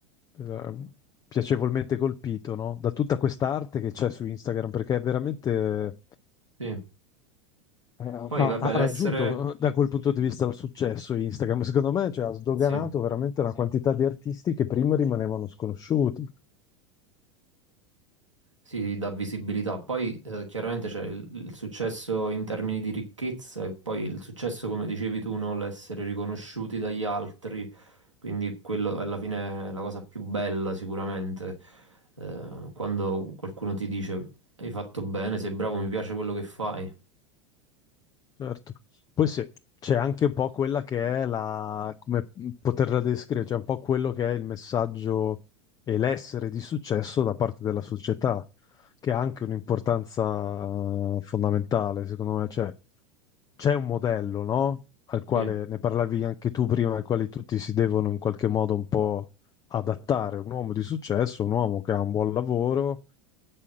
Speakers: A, on the left; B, on the right.
A: eh, piacevolmente colpito, no, da tutta questa arte che c'è su Instagram, perché è veramente...
B: sì.
A: eh,
B: Poi
A: Ha,
B: vabbè,
A: ha raggiunto
B: l'essere...
A: eh, da quel punto di vista il successo Instagram, secondo me, cioè, ha sdoganato
B: Sì.
A: veramente una quantità di artisti che prima rimanevano sconosciuti.
B: Sì, sì, dà visibilità. Poi eh, chiaramente c'è il, il successo in termini di ricchezza e poi il successo, come dicevi tu, no? L'essere riconosciuti dagli altri. Quindi quello alla fine è la cosa più bella sicuramente. Eh, quando qualcuno ti dice hai fatto bene, sei bravo, mi piace quello che fai.
A: Certo. Poi sì, c'è anche un po' quella che è la, come poterla descrivere, cioè un po' quello che è il messaggio e l'essere di successo da parte della società, che ha anche un'importanza eh, fondamentale, secondo me. Cioè, c'è un modello, no? Al quale
B: Sì.
A: ne parlavi anche tu prima, al quale tutti si devono in qualche modo un po' adattare. Un uomo di successo, un uomo che ha un buon lavoro